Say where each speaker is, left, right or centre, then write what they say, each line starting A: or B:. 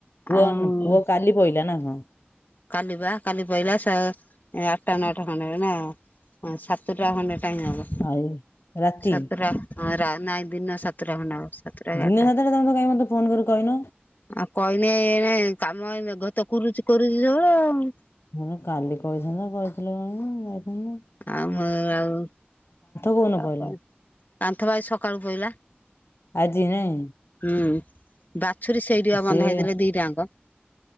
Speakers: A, on the left; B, on the left.
A: ପୁଅ
B: ଆଉ
A: ପୁଅ କାଲି ପହିଲା ନା କଣ
B: କାଲି ପା କାଲି ପଇଲା ସ ଆଠଟା ନଅଟା ଖଣ୍ଡେ ହବ ନା ହଁ ସାତଟା ଖଣ୍ଡେ ଟାଇମ୍ ହବ
A: ଆଉ ରାତି
B: ସାତଟାଁ ରା ନାଇଁ ଦିନ ସାତଟା ଖଣ୍ଡେ ଟାଇମ୍ ହବ ସାତଟା କି
A: ଦିନ
B: ଆଠଟା
A: ସାତଟା ତମେ ତ କାଇଁ ମତେ ଫୋନ କରି କହିନ।
B: ଆଉ କହିନେ ଏଣେ କାମ ଏ ମେଘ ତ କୁରୁଚି କୋରୁଚି ସବୁବେଳେ ଆଉ।
A: ହ କାଲି କହିନ୍ କହିଥିଲେ କଣ ଯାଇ ନା <unintelligible>
B: ଆମ ଆଉ
A: କୋଉନ
B: ଆଉ
A: ପଇଲା
B: କଣ କାନ୍ଥ ବା ଏଇ ସକାଳୁ ପଇଲା
A: ଆଜି ନାଇଁ?
B: ହୁଁ ବାଛୁରୀ ସେଇଠିଆ
A: ସିଏ
B: ବନ୍ଧା ହେଇଥିଲେ ଦିଟାଙ୍କ